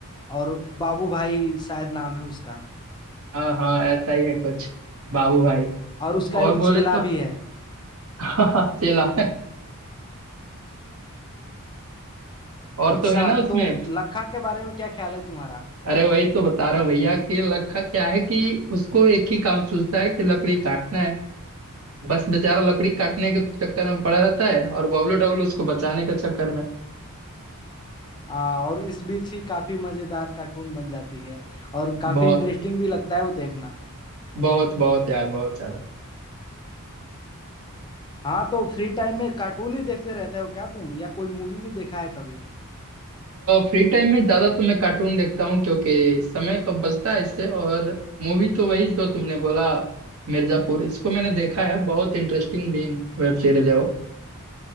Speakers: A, on the left (about 20°); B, on the right (about 70°).
A: और बाबू भाई शायद नाम है उसका
B: हाँ हाँ ऐसा ही है कुछ बाबू भाई
A: और उसका
B: और
A: एक
B: बोले
A: चेला
B: तो
A: भी है
B: <laughs> चला और
A: अच्छा
B: तो है ना उसमें
A: तो लखा के बारे में क्या ख्याल है तुम्हारा
B: अरे वही तो बता रहा हूँ भैया कि लखा क्या है कि उसको एक ही काम सूझता है कि लकड़ी काटना है बस बेचारा लकड़ी काटने के चक्कर में पड़ा रहता है और बबलू डब्लू उसको बचाने के चक्कर में
A: हाँ और इस बीच ही काफी मजेदार कार्टून बन जाती है और काफी
B: बहुत
A: इंटरेस्टिंग भी लगता है वो देखना
B: बहुत बहुत यार बहुत ज्यादा
A: हाँ तो फ्री टाइम में कार्टून ही देखते रहते हो क्या तुम या कोई मूवी भी देखा है कभी
B: फ्री टाइम में ज्यादा तो मैं कार्टून देखता हूँ क्योंकि समय कब बचता है इससे और मूवी तो वही जो तुमने बोला मिर्जापुर इसको मैंने देखा है बहुत इंटरेस्टिंग भी वेब सीरीज है वो